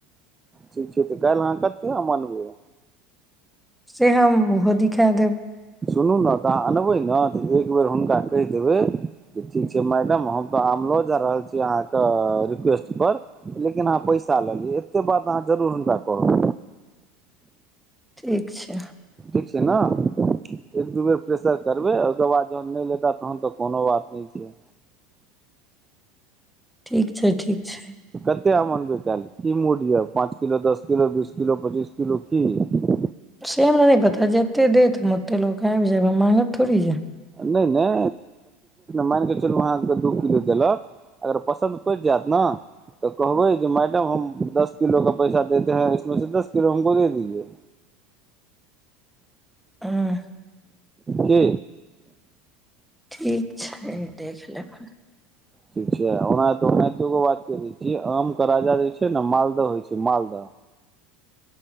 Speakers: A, on the right (about 20°); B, in the centre.
A: ठीक छै तऽ काल्हि अहाँ कतेक अनबैय
B: से हम ओहो दिखा देब
A: सुनू ने तऽ अहाँ अनबै ने तऽ एक बेर हुनका कहि देबै जे ठीक छै मैडम हम तऽ आम लऽ जा रहल छी अहाँके रिक्वेस्टपर लेकिन अहाँ पैसा लऽ लियै एतेक बात अहाँ जरूर हुनका करू
B: ठीक छै
A: ठीक छै ने एक दू बेर प्रेसर करबै ओहिके बाद जहन नहि लेता तहन तऽ कोनो बात नहि छै
B: ठीक छै ठीक छै
A: कतेक अमन ब क की मूड यऽ पाँच किलो दश किलो बीस किलो पचीस किलो की य
B: सेम नहि पता जेते दे त मते लोक आब जा माँंगथोड़ छै
A: नै नै माईन क चलु अहां कें दु किलो देलक पसन पैडि जायत न क़हबैय मैडम हम दस किलो का पैसा देते हैं इसमें से दस किलो हमको दे दीजिये
B: हँ
A: के
B: ठीक छै देख लेबै
A: ठीक छै ओनाते ओनाहितो ग बात करै छीय आमके राजा जे छै ने मालदह होइ छै मालदह